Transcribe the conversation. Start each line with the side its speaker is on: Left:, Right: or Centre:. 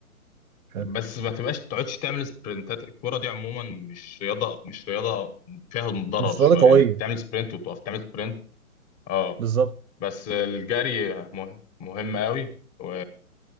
Right: حلو.
Left: بس ما تبقاش تقعدش تعمل سبرنتات الكوره دي عموما مش رياضه مش رياضه فيها ضرر
Right: مش
Left: شويه
Right: رياضة قوية
Left: انك تعمل سبرنت وتقف تعمل سبرنت اه
Right: بالظبط
Left: بس الجري مه- مهم قوي و